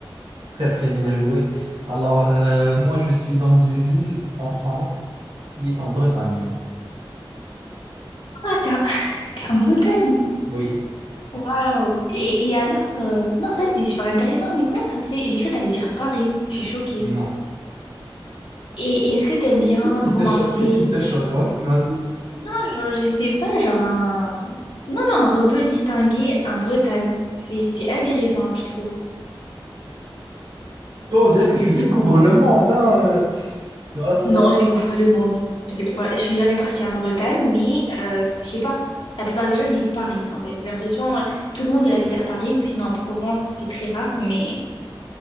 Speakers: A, on the right; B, on the left.
A: très très bien joué. Alors, euh, moi, je suis dans une ville en France qui est en Bretagne.
B: Ah, t'es en, <laughs> t'es en Bretagne.
A: Oui,
B: Waouh. Et, et alors? euh, Non, en fait, c'est super intéressant. Mais comment ça se fait? J'ai cru que t'allais dire Paris. Je suis choquée.
A: non.
B: Et est-ce que t'aimes bien
A: Qu'est-ce qui
B: commencer?
A: te choque? Qu'est-ce qui te choque? Ouais, vas-y.
B: Non, genre, je sais pas, genre un... Non, non, un rebeu distingué en Bretagne. C'est, c'est intéressant, je trouve.
A: Toi, on dirait que
B: <laughs>
A: tu découvres le monde, hein. euh. Alors c'est
B: Non,
A: un
B: je découvre pas le monde. Je découvre pas- Je suis jamais partie en Bretagne, mais euh, je sais pas. La plupart des gens, ils disent Paris, en fait. J'ai l'impression, euh, tout le monde, il habite à Paris ou sinon en Provence, c'est très rare. Mais